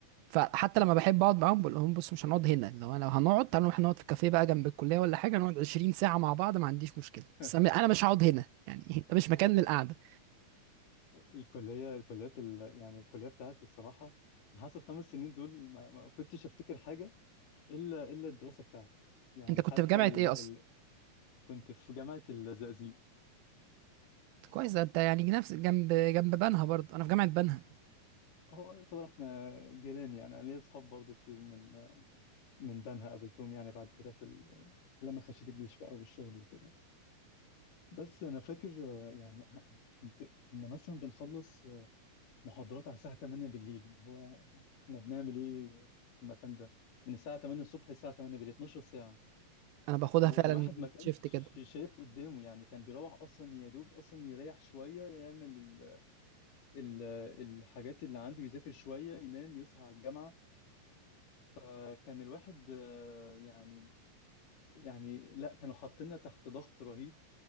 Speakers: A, on the right (about 85°); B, on the left (about 65°).
A: فحتى لما بحب اقعد معاهم بقول لهم بص مش هنقعد هنا لو انا لو هنقعد تعالوا نروح نقعد في كافيه بقى جنب الكليه ولا حاجه نقعد 20 ساعه مع بعض ما عنديش مشكله
B: <laughs>
A: بس انا أنا مش هقعد هنا يعني <laughs> ده مش مكان للقعده
B: الكلية الكليات ال... يعني الكلية بتاعتي الصراحة أنا حاسس الخمس سنين دول ما, ما كنتش أفتكر حاجة إلا إلا الدراسة بتاعتي يعني
A: انت كنت
B: حتى
A: في جامعه
B: ال...
A: ايه
B: ال...
A: اصلا
B: كنت في جامعة الزقازيق
A: كويس ده انت يعني نفس جنب جنب بنها برضه انا في جامعه بنها
B: هو يعتبر احنا جيران يعني أنا ليا أصحاب برضو كتير من من بنها قابلتهم يعني بعد كده في ال... لما خشيت الجيش بقى والشغل وكده بس أنا فاكر آه، يعني كنت كنا مثلا بنخلص محاضرات على الساعة 8 بالليل هو احنا بنعمل ايه في المكان ده من الساعة 8 الصبح للساعة 8 بالليل 12 ساعة
A: انا باخدها
B: والواحد
A: فعلا
B: ما كانش
A: شيفت كده
B: شايف قدامه يعني كان بيروح اصلا يا دوب اصلا يريح شوية يعمل ال ال الحاجات اللي عنده يذاكر شوية ينام يصحى على الجامعة فكان الواحد آه، يعني يعني لا كانوا حاطيننا تحت ضغط رهيب